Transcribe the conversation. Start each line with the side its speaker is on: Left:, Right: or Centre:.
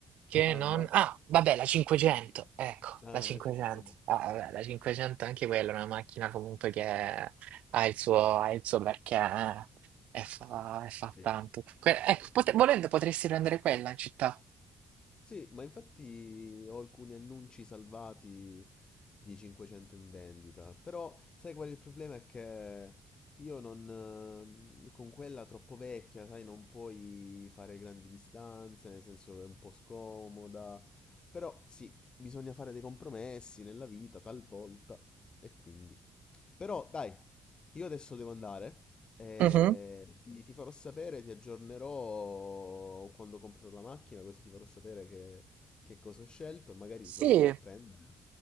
Right: che
Left: La <laughs> Panda?
Right: non... Ah, vabbè, la 500, ecco,
Left: Ah,
Right: la 500.
Left: eh, 500.
Right: Ah, vabbè, la 500 anche quella è una macchina comunque che ha il suo, ha il suo perché, eh, e fa, e fa
Left: Sì.
Right: tanto. Que- ecco, pote- volendo potresti prendere quella in città.
Left: Sì, ma infatti ho alcuni annunci salvati di 500 in vendita, però sai qual è il problema? È che io non... ehm, con quella troppo vecchia, sai, non puoi fare grandi distanze, nel senso è un po' scomoda, però sì, bisogna fare dei compromessi nella vita, talvolta, e quindi... Però dai, io adesso devo andare. eh,
Right: Mhm.
Left: ti, ti farò sapere, ti aggiornerò quando comprerò la macchina, così ti farò sapere che, che cosa ho scelto e magari
Right: Sì,
Left: ti passerò a prendere.